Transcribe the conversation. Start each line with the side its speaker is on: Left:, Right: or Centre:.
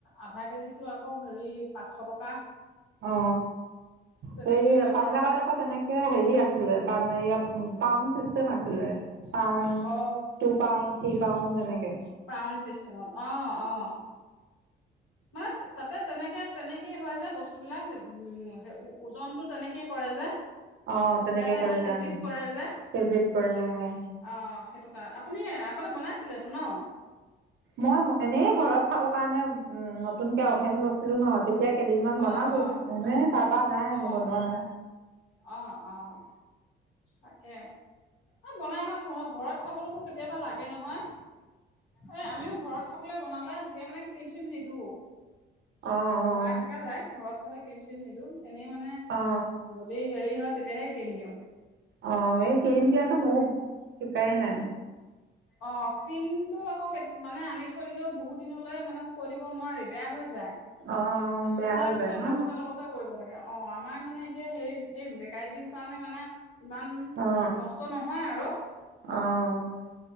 Left: আধা কেজিটো আকৌ হেৰি পাঁচশ টকা
Right: অ
Left: তেনেকে
Right: সেই
Left: লওঁ
Right: পাঞ্জাৱত
Left: আৰু মানে
Right: আকৌ তেনেকে হেৰি আছিলে পয়াত পাউন চিচতেম আছিলে পাউণ্ড
Left: অ
Right: টু পাউণ্ড থ পাউণ্ড তেনেকে
Left: পাউণ্ড চিষ্টেমত অ অ মানে তাতে তেনেকে তেনেকেই হয় যে বস্তুবিলাক উম সেই ওজনতো তেনেকেই কৰে যে।
Right: অহ তেনেকে
Left: ইয়াতে
Right: কৰে
Left: আকৌ
Right: কাম,
Left: কেজিত কৰে যে
Right: কেজিত কৰে অহ।
Left: অ সেইটো কাৰ আপুনি আগতে বনাইছিলেতো ন?
Right: মই এনেই ঘৰত খাব কাৰণে উ নতুনকে অভেন লৈছিলো ন এতিয়া কেইদিনমান বনালো
Left: অ অ
Right: এনে তাপা নাই
Left: অ
Right: মই বনোৱা নাই।
Left: অ অ তাকে এই বনাই ন ঘ-ঘৰত খাবলৈকো কেতিয়াবা লাগে নহয়, এ আমিও ঘৰত খাবলৈ বনালে তেতিয়া মানে ক্ৰীম চিম নিদো।
Right: অ অ
Left: বনাই থাকা যায় ঘৰত খালে ক্ৰিম চিম নিদু। এনেই মানে
Right: অ
Left: ৰদেই হেৰি হয়। তেতিয়াহে ক্ৰিম দিও।
Right: অ এই ক্ৰীম দিয়াতো ময়ো শিকাই নাই।
Left: অ ক্ৰীমটো আকৌ মানে আনি থৈ দিলেও বহুত দিনলৈ মানে থৈ দিব নোৱাৰি বেয়া হৈ যায়।
Right: অ বেয়া
Left: খোলা
Right: হৈ
Left: পিছত
Right: যায় ন
Left: লগতে লগতে কৰিব লাগে আৰু। অ আমাৰ মানে এতিয়া হেৰি এই বেকাৰীত দিওঁ কাৰণে মানে ইমান
Right: অ
Left: নষ্ট নহয় আৰু
Right: অ